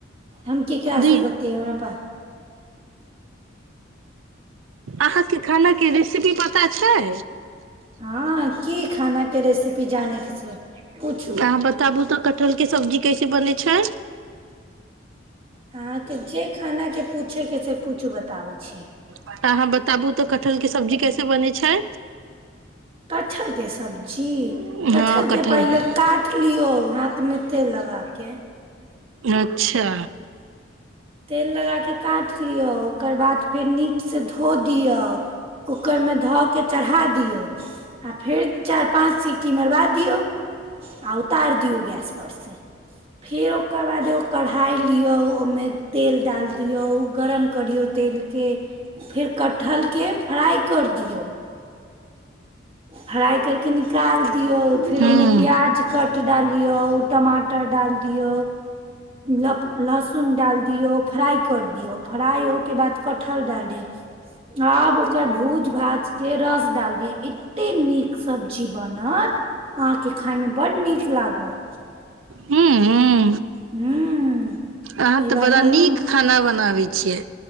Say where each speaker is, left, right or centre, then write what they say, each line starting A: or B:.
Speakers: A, on the right (about 30°); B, on the right (about 85°).
A: हम केकरा
B: दी
A: से बतियैय हमरा पास
B: अहाँके खाना के रेसिपी पता छै
A: हँ की खानाके रेसिपी जानैके छै पूछू
B: अहाँ बताबू तऽ कटहलके सब्जी कैसे बनै छै
A: अहाँके जे खानाके पूछेके से पूछू बताबै छी
B: तऽ अहाँ बताबू तऽ कटहलके सब्जी कैसे बनै छै
A: कटहलके सब्जी
B: हँ
A: कटहरके
B: कटहल
A: पहिले काट लियौ हाथमे तेल लगाके
B: अच्छा
A: तेल लगाके काटि लिऔ ओकर बाद फेर नीक से धोदियौ कुकुर मे धअ के चढ़ा दियौ फेर चारि पाँच सीटी -ट्टी मरबा दियौ आ उतारि दियौ गैस पर से फेर ओकर बाद ओ - कढ़ाई लिऔ ओमे तेल डाल दियौ गरम करियौ तेल के फिर कटहल के फ्राई कर दियो फ्राइ करके निकाल- दियौ
B: हूं
A: फेर ओमे प्याज कट डालियौ टमा- -टर डाल दियौ लप-लहसुन डाल दियौ फ्राइ कर दियौ फ्राइ होइ बाद कटहल डाल दियौ आब ओकर भूज भाजके रस डाल दियौ एते- एते नीक सब्जी बनत अहाँके खााइमे बड्ड नीक लागत
B: हूं हूं
A: हूँ
B: अहाँ
A: एहि
B: तऽ
A: बार
B: बड़ा
A: हमहूँ
B: नीक खाना बनाबै छियै